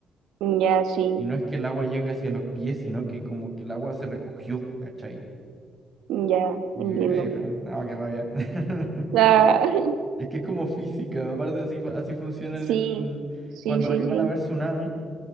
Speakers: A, on the right (about 85°); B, on the right (about 20°).
A: ya, sí,
B: Y no es que el agua llegue hacia los pies, sino que como que el agua se recogió, ¿cachai?
A: ya,
B: Eh,
A: entiendo.
B: Pero, no, qué rabia. <laughs>
A: Ah, <laughs>
B: Es que es como física, aparte así, así funciona
A: Sí,
B: en el...
A: sí,
B: Cuando
A: sí,
B: ahí van
A: sí,
B: a ver tsunami.